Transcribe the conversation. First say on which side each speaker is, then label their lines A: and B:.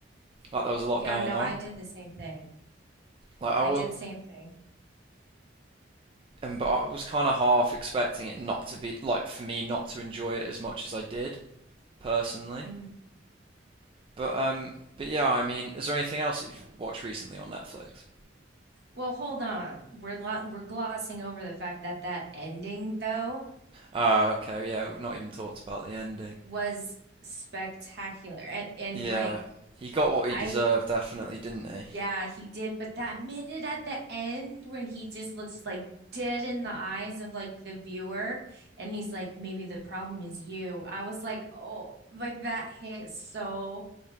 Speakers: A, on the right; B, on the right.
A: Like there was a lot
B: Yeah,
A: going
B: no,
A: on.
B: I did the same thing.
A: Like I was
B: I did the same thing.
A: and but I was kind of half expecting it not to be like for me not to enjoy it as much as I did personally.
B: Mhm.
A: But um but yeah, I mean, is there anything else that you've watched recently on Netflix?
B: Well, hold on. We're lo we're glossing over the fact that that ending though
A: Ah, okay, yeah, we've not even talked about the ending.
B: was spectacular. And and
A: Yeah,
B: like
A: he got what he
B: I
A: deserved, definitely, didn't he?
B: yeah, he did, but that minute at the end when he just looks like dead in the eyes of like the viewer and he's like maybe the problem is you. I was like, "Oh, like that hit so